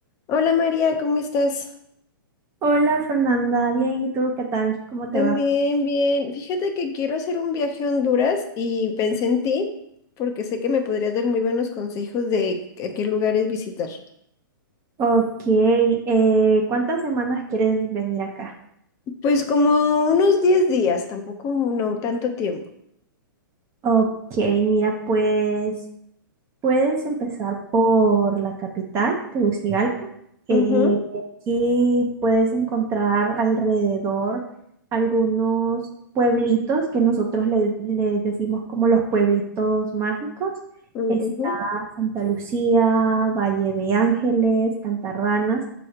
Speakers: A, on the left (about 25°); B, on the right (about 25°).
A: Hola María, ¿cómo estás?
B: Hola Fernanda, bien, ¿y tú qué tal? ¿Cómo te
A: También
B: va?
A: bien. Fíjate que quiero hacer un viaje a Honduras y pensé en ti porque sé que me podrías dar muy buenos consejos de a qué lugares visitar.
B: Ok, eh, ¿cuántas semanas quieres venir acá?
A: Pues como unos 10 días, tampoco no tanto tiempo.
B: Ok, mira, pues Puedes empezar por la capital, Tegucigalpa. Eh,
A: Ujú,
B: aquí puedes encontrar alrededor algunos pueblitos que nosotros le- les decimos como los pueblitos mágicos.
A: ujú,
B: Está Santa Lucía, Valle de Ángeles, Cantarranas.